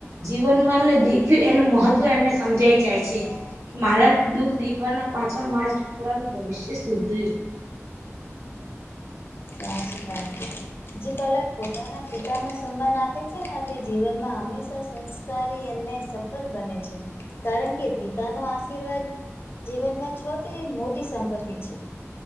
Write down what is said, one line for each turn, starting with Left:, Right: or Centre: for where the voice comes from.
Right: જીવનમાં એમને દેખ્યું એનું મહત્વ એમને સમજાય જાય છે. કે મારા દુઃખ દેખવાના પાછળ મારા છોકરાનું ભવિષ્ય સુધર્યું.
Left: સાાસી વાત. જે બાલક પોતાના પિતા ન સન્માન આપે છે. તે જીવનમાં હંમેશા સં અનેને સફળ બને છે. કારણ કે પિતા નો આશીર્વાદ જીવનમાં સૌથી મોટી સંપત્તિ છે.